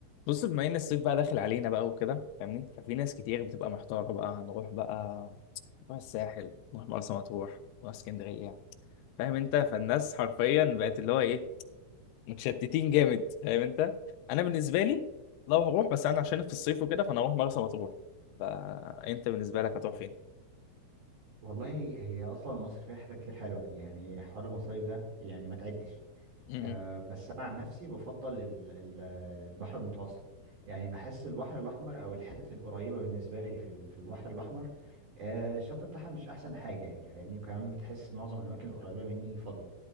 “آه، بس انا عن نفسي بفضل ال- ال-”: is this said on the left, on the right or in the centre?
Right